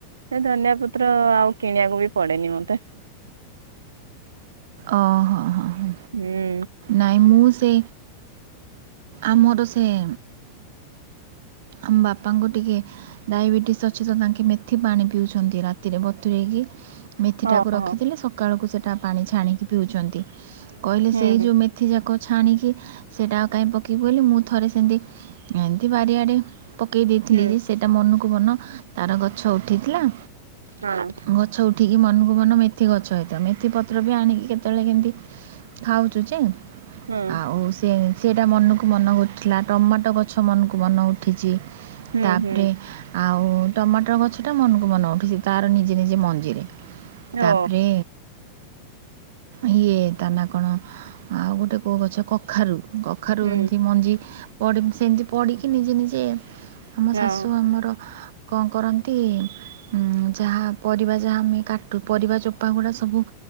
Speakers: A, on the right (about 70°); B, on the right (about 55°).
A: ଏ ଧନିଆ ପତ୍ର ଆଉ କିଣିବାକୁ ବି ପଡେନି ମତେ
B: ଓ ହୋ ହଁ ହଁ
A: ହୁଁ
B: ନାଇଁ ମୁଁ ସେ ଆମର ସିଏ। ଆମ ବାପାଙ୍କୁ ଟିକେ। ଡାଇବେଟିସ୍ ଅଛିତ ତାଙ୍କେ ମେଥି ପାଣି ପିଉଛନ୍ତି ରାତିରେ ବତୁରେଇକି ମେଥିଟାକୁ
A: ହଁ
B: ରଖିଥିଲେ
A: ହଁ
B: ସକାଳକୁ ସେଇଟା ପାଣି ଛାଣିକି ପିଉଛନ୍ତି କହିଲେ
A: ହୁଁ
B: ସେଇ ଯେଉଁ ମେଥିଯାକ ଛାଣିକି ସେଇଟା କାଇହିଁ ପକେଇବି ବୋଲି ମୁଁ ଥରେ ସେମିତି ଏମିତି ବାରିଆଡେ ପକେଇ ଦେଇଥିଲି
A: ହୁଁ ହୁଁ
B: ଯେ ସେଇଟା ମନକୁ ମନ ତାର ଗଛ ଉଠିଥିଲା
A: ହଁ
B: ଗଛ ଉଠିକି ମନକୁ ମନ ମେଥି ଗଛ ହୋଇଥିଲା ମେଥିପତ୍ର ବି ଆଣିକି କେତେବେଳେ କେମିତି ଖାଉଛୁ ଯେ।
A: ହୁଁ
B: ଆଉ ସେ ସେଇଟା ମନକୁ ମନ ହଉଥିଲା ଟମାଟୋ ଗଛ ମନକୁ ମନ ହଉଥିଲା। ଉଠିଛି
A: ହୁଁ
B: ତାପରେ।
A: ହୁଁ
B: ଆଉ ଟମାଟର ଗଛଟା ମନକୁ ମନ ଉଠିଛି ତାର ନିଜେ ନିଜେ ମଞ୍ଜିରେ। ତାପରେ
A: ଓ
B: ଇଏ ତା ନା କଣ ଆଉ ଗୋଟେ କେଉଁ ଗଛ କଖାରୁ କଖାରୁ
A: ହୁଁ
B: ଏମିତି ମଞ୍ଜି। ସେମିତି ପଢିକି ନିଜେ ନିଜେ ଆମ
A: ହଁ
B: ଶାଶୁ ଆମର। କଣ କରନ୍ତି। ଉଁ ଯାହା ପରିବା ଯାହା ଆମେ କାଟୁ ପରିବା ଚୋପା ଗୁଡା ସବୁ